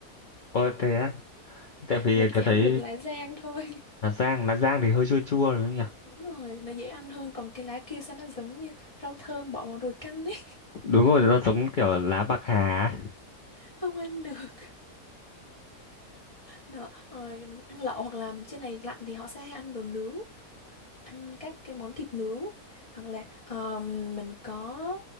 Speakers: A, on the left; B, on the left.
A: Ồ thế á, tại vì
B: mình chỉ
A: tôi
B: ăn
A: thấy
B: được lá rang thôi. <laughs>
A: Hà Giang, Hà Giang thì hơi chua chua đúng không nhỉ?
B: Đúng rồi, nó dễ ăn hơn còn cái lá kia sao nó giống như rau thơm bỏ vào nồi canh ấy,
A: Đúng rồi, nó giống kiểu lá bạc hà. á.
B: <laughs> không ăn được. Đó, rồi ăn lẩu hoặc là trên này lạnh thì họ sẽ hay ăn đồ nướng, ăn các cái món thịt nướng hoặc là ờm, mình có